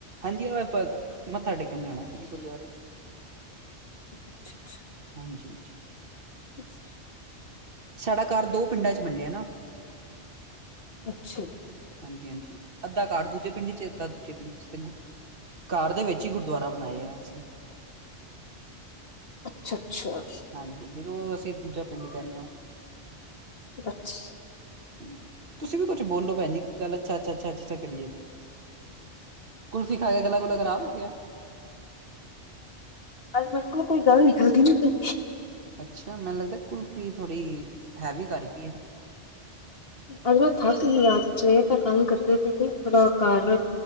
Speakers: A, on the right; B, on the left.
A: ਹਾਂਜੀ, ਉਹ ਆਪਾਂ, ਮੱਥਾ ਟੇਕਣ ਜਾਣਾ ਸੀ ਜੀ ਗੁਰਦਵਾਰੇ।
B: ਅੱਛਾ, ਅੱਛਾ
A: ਹਾਂਜੀ, ਹਾਂਜੀ
B: ਹੱ <unintelligible>
A: ਸਾਡਾ ਘਰ ਦੋ ਪਿੰਡਾਂ ਚ ਬਣਿਆ ਨਾ।
B: ਅੱਛਾ ਜੀ।
A: ਹਾਂਜੀ, ਹਾਂਜੀ ਅੱਧਾ ਘਰ ਦੂਜੇ ਪਿੰਡ ਚ, ਅੱਧਾ ਦੂਜੇ ਪਿੰਡ ਚ ਤੇ ਘਰ ਦੇ ਵਿੱਚ ਵਿੱਚ ਹੀ ਗੁਰਦੁਆਰਾ ਬਣਾਇਆ ਅਸੀਂ।
B: ਅੱਛਾ, ਅੱਛਾ
A: ਹਾਂਜੀ, ਜਿਹਨੂੰ ਅਸੀਂ ਦੂਜਾ ਪਿੰਡ ਕਹਿੰਨੇ ਓ।
B: ਅੱਛ
A: ਹ ਤੁਸੀਂ ਵੀ ਕੁੱਛ ਬੋਲੋ ਭੈਣ ਜੀ, ਕੀ ਗੱਲ ਅੱਛਾ, ਅੱਛਾ, ਅੱਛਾ ਕਰੀ ਜਾਂਦੇ ਹੋ ਬਸ। ਕੁਲਫ਼ੀ ਖਾ ਕੇ ਗਲਾ ਗੁਲਾ ਖਰਾਬ ਹੋ ਗਿਆ।
B: ਅੱਜ ਮੇਰੇ ਕੋਲੋਂ ਕੋਈ ਗੱਲ ਨਿਕਲਦੀ ਨੀ ਪਈ।
A: ਅੱਛਾ ਮੈਨੂੰ ਲੱਗਦਾ ਕੁਲਫੀ ਥੋੜੀ ਹੈਵੀ ਕਰ ਗਈ ਐ।
B: ਅੱਜ ਮੈ ਥੱਕ ਗਈ ਆ, ਸਵੇਰ ਦਾ ਕੰਮ ਕਰਦੀ ਪਈ ਸੀ ਪੂਰਾ ਘਰ,